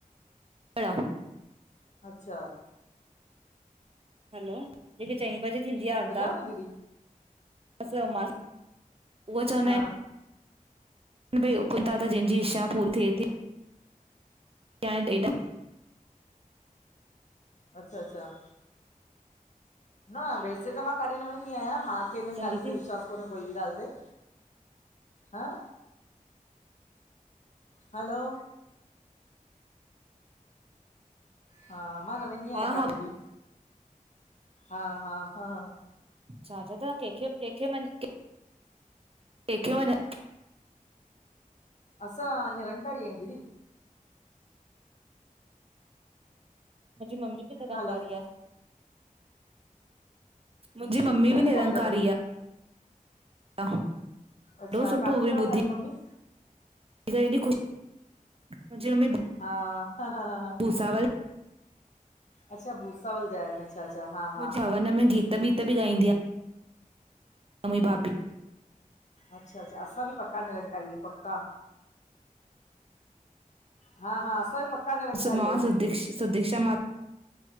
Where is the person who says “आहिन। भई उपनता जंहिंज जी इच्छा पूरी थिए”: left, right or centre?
Right